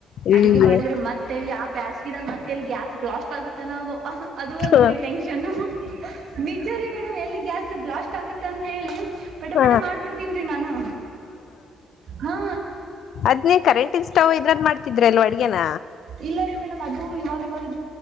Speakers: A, on the left (about 70°); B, on the right (about 65°).
A: ಇಲ್ಲಿಗೆ
B: ಅಡಿಗೆ ಮಾಡಿದ್ರೆ ಮತ್ತೆಲ್ಲಿ ಆ ಬ್ಯಾಸಿದಾಗ ಮತ್ತೆಲ್ಲಿ ಗ್ಯಾಸ್ ಬ್ಲಾಸ್ಟ್ ಆಗುತ್ತೆನ್ನೊದು ಅದು ಒಂದ್ರೀ
A: ಹ
B: ಟೆನ್ಷನ್ ನಿಜ ರೀ ಮೇಡಮ್ ಎಲ್ಲಿ ಗ್ಯಾಸ್ ಬ್ಲಾಸ್ಟ್ ಆಗತಂತ್ ಹೇಳಿ ಪಟ
A: ಹ
B: ಪಟ ಮಾಡ್ಬಿಡ್ತೀನರಿ ನಾನು ಹಾ
A: ಅದ್ನೇ ಕರೆಂಟಿಂಗ್ ಸ್ಟೌವ್ ಇದ್ರಲ್ ಮಾಡ್ತಿದ್ರಿ ಅಲ್ವಾ ಅಡ್ಗೇನ
B: ಇಲ್ಲ ರೀ ಮೇಡಮ್ ಅದು ಇವಾಗ ಇವಾಗ